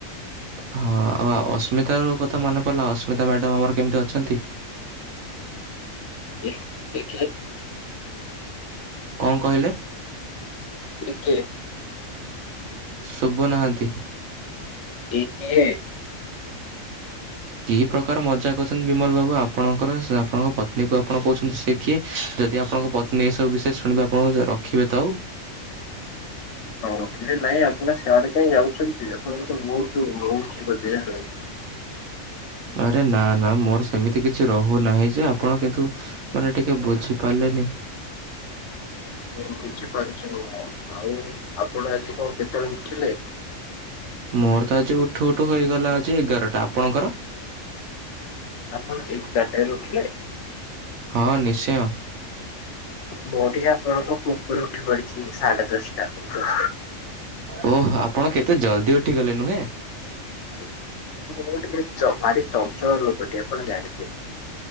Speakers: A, on the right (about 80°); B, on the left (about 65°).
A: ହଁ, ଆଉ ଅସ୍ମିତା ର କଥା ମନେ ପଲା ଅସ୍ମିତା ମ୍ୟାଡମ୍ ଆମର କେମିତି ଅଛନ୍ତି?
B: କିଏ ଦେଖିଲୁ।
A: କଁ କହିଲେ?
B: ଟିକେ।
A: ଶୁଭୁ ନାହାଁନ୍ତି।
B: ଏ କିଏ?
A: କି ପ୍ରକାର ମଜା କରୁଛନ୍ତି ବିମଲ ବାବୁ! ଆପଣଙ୍କର, ଆପଣଙ୍କ ପତ୍ନୀ କୁ ଆପଣ କହୁଛନ୍ତି, ସେ କିଏ? ଯଦି ଆପଣଙ୍କ ପତ୍ନୀ ଏ ସବୁ ବିଷୟରେ ଶୁଣିବେ, ଆପଣଙ୍କୁ ରଖିବେ ତ ଆଉ!
B: ହଁ ରଖିଲେ ନାହିଁ ଆପଣ ସେଆଡେ କାହିଁ ଯାଉଛନ୍ତି? ଆପଣଙ୍କ ତ ବହୁତ ରହୁଛିି ବ <unintelligible> ହ
A: ଆରେ ନା ନା ମୋର ସେମିତି କିଛି ରହୁନାହିଁ। ଯେ ଆପଣ କିନ୍ତୁ, ମାନେ ଟିକେ ବୁଝିପାରିଲେନି!
B: ହଁ ମୁଁ, ବୁଝିପାରୁଛି ମୁଁ, ଆଉ ଆପଣ ଆଜି କଣ କେତେବେଳେ ଉଠିଲେ?
A: ମୋର ତ ଆଜି ଉଠୁ ଉଠୁ ହୋଇଗଲା ଆଜି ଏଗାରଟା। ଆପଣଙ୍କର?
B: ଆପଣ ଏଗାରଟାରେ ଉଠିଲେ?
A: ହଁ ନିଶ୍ଚୟ।
B: ମୁଁ ଟିକେ ଆପଣଙ୍କ ପୂର୍ବରୁ ଉଠି ପଡିଛି। ସାଢେ ଚେଷ୍ଟା କୁ
A: ଓହୋ! ଆପଣ କେତେ ଜଲ୍ଦି ଉଠିଗଲେ ନୁହେଁ?
B: ଆଇ! ମୁଁ ଟିକେ ଭାରି ଚଞ୍ଚଳ ଲୋକଟି, ଆପଣ ଜାଣିଥିବେ।